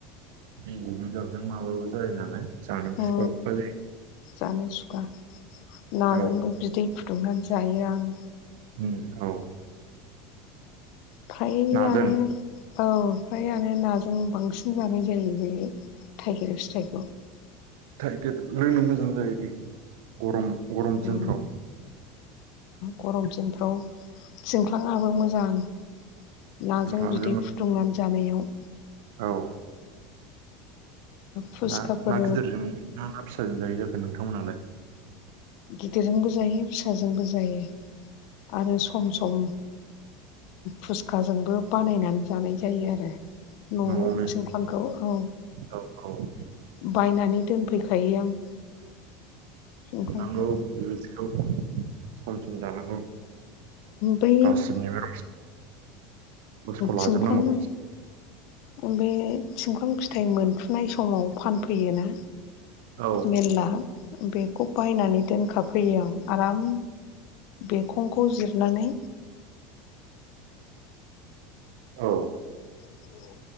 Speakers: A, on the right; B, on the left.
A: मेजिकनो गाबजों माबाबो जायो नालाय जानो बुखुवा
B: अ
A: बुखुवा
B: जानो सुखा नाजोंबो
A: जायो औ
B: बिदै फुदुंनानै जायो आं
A: उम औ
B: थाय
A: नाजों
B: आनो औ फ्रायानो नाजों बांसिन जानाय जायो बे थाइगिर फिथाइखौ
A: थाइगिर लोंनो मोजां जायो गरम गरम
B: उम
A: दिनफ्राव
B: गरम दिनफ्राव थिंख्लाङाबो मोजां नाजों
A: सिंख्लांजों
B: बिदै फुदुंनानै जानायाव
A: औ
B: फुसखाफोर
A: ना ना गिदिरजों ना ना फिसाजों जायो जाखो नोंथांमोनालाय
B: गिदिरजोंबो जायो फिसाजोंबो जायो आरो सम सम फुसखाजोंबो बानायनानै जानाय जायो आरो न'आव
A: न'आवनो
B: थिंख्लांखौ औ
A: औ औ
B: बायनानै दोनफैखायो आं थिंख्लांखौ
A: नंगौ बेबादिखौ सम सम जानांगौ
B: बै
A: गासिबनिबो बुसखौ लाजोबनांगौ
B: थिंख्लां बे थिंख्लां फिथाइ मोनफ्रुनाय समाव फानफैयोना
A: औ
B: मेरला बेखौ बायनानै दोनखाबाय फैयो आं आराम बेखंखौ जिरनानै
A: औ
B: औ